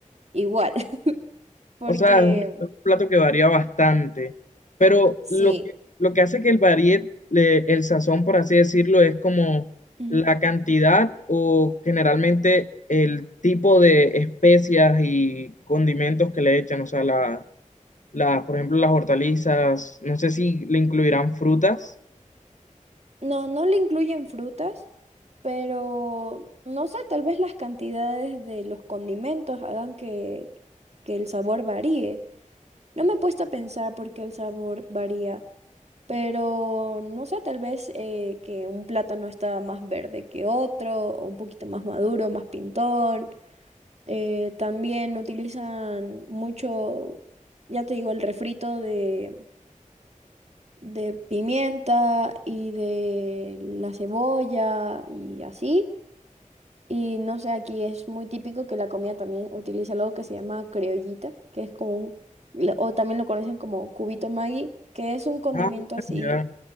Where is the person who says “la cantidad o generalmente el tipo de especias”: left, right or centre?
Left